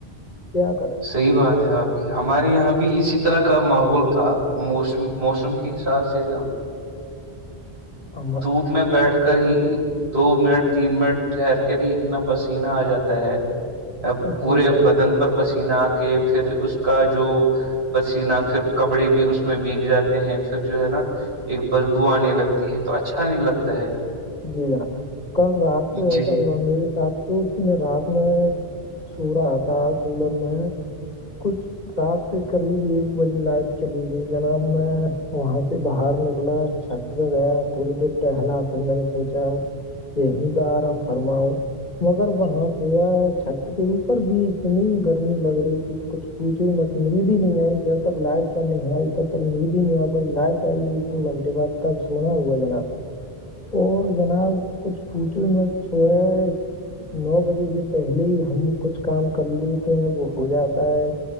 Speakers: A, on the left; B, on the right.
A: کیا کر
B: صحیح بات ہے آپ ہمارے یہاں بھی اسی طرح کا ماحول تھا موسم موسم کے حساب سے
A: ہم
B: دھوپ میں بیٹھ کر ہی دو منٹ تین منٹ ٹھہر کے ہی اتنا پسینہ آ جاتا ہے پورے
A: جی جناب
B: بدن پر پسین کے پھر اس کا جو پسینہ پھر کپڑے بھی اس میں بیگ جاتے ہیں پھر جو ہے نا ایک بدبو آنے لگتی ہے تو اچھا نہیں لگتا ہے
A: جی جناب کل رات کو
B: جی
A: ایسا ہوا میرے ساتھ تو م رات میں سو رہا آتا کولر میں کچھ رات کے قریب ایک بجے لائٹ چلی گئی جناب میں وہاں سے باہر نکلا چھت پہ گیا تھوڑی دیر ٹہلا پھر میں نے سوچا کہیں پ آرام فرماؤ مگر وہاں سویا چھت کے اوپر بھی اتنی گرمی لگ رہی تھی کہ کچھ پوچھ م نیند ہی نہیں آئی جب تک لائٹ چ نہیں آئی تب تک نیند ہی نہیں آ پائی لائٹ آئی ایک دو گھنٹے بعد تب سونا ہوا جناب اور جناب کچھ پوچھے میں سویا نو بجے سے پہلے ہی ہم کچھ کام کر لیتے ہیں وہ ہو جاتا ہے